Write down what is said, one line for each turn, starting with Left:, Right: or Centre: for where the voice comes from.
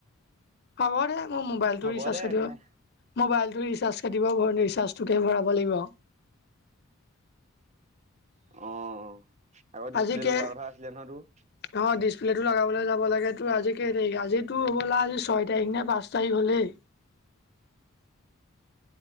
Left: হ'ব দে মোৰ মবাইলটো
Right: হ'ব
Left: ৰিচাৰ্জ
Right: দে
Left: হৈ
Right: একো
Left: থাকিব,
Right: নাই
Left: মোবাইলটোকে কাটিব ৰিচাৰ্জটোকে ভৰা কব লাগিব
Right: অ আকৌ ডিচপ্লে
Left: আজিকে
Right: লগোৱাৰ কথা আছিলে নহয় তোৰ
Left: অহ ডিচপ্লেটটো লগাবলৈ যাব লাগিব তো আজিকেই তাৰিখ আজিতো হ'বলা আজি ছয় তাৰিখ নে পাঁচ তাৰিখ হ'লেই <unintelligible>